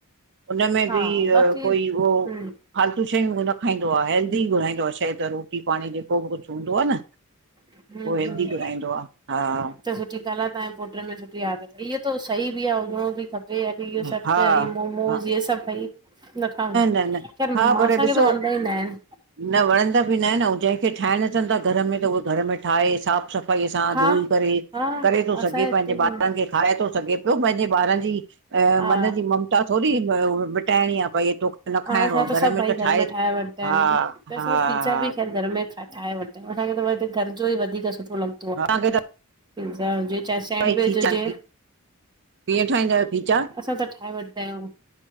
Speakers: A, on the right; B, on the right.
A: उनमें
B: हा
A: बि
B: बाक़ी
A: कोई
B: हम्म
A: उहो। फालतू शयूं न ऊ खाईंदो आ। हैेल्दी गुराईंदो आ, शइ त रोटी पाणी जेको बि कुछ हूंदो आ न।
B: हम्म
A: उह हेल्दी
B: हम्म
A: घुराईंदो आ हा।
B: त सुठी ॻाल्ह आ तांजे पुट्र में सुठी आदत इहो सही आ हुजणो बि खपे। इहो त यो
A: हा
B: सभ्
A: हा
B: मोमोस
A: हा
B: इहे सभ भई। न खाव ख़ैर
A: न न
B: माँसांखे
A: हा पर ॾिसो
B: त वनंनदाईन आहिन।
A: न वणंदा बि न आहिन अऊ जंहिंखे ठाहिण अचन था घर में त उह घर में ठाहे साफ़ सफ़ाई। सफ़ाई सां
B: हा
A: धोई करे
B: हा
A: करे थो सघे
B: असांजे हिते
A: पंहिंजे ॿारन खे। ठाहे थो सघे प्यो पंहिंजे ॿारन जी अ
B: हा
A: मन जी ममता थोरी मिटाइणी आ। भई ही तोखे न
B: हा
A: खाइणो
B: असां
A: आ घर
B: सभु
A: में
B: भई
A: त ठाहे
B: वठंदा आहियूं
A: हा
B: त
A: हा
B: असां
A: हा।
B: त पिज़्ज़ा बि ख़ैर घर में ठाहे वठ असांखे त घर जो ई वधीक सुठो लॻंदो
A: हा
B: आ
A: तव्हांखे त
B: पिज़ा हुजे। चाहे सेंडविच
A: भई खीचा
B: हुजे।
A: कीअं ठाहींदायो पीजा?
B: असां त ठाहे वठंदा आहियूं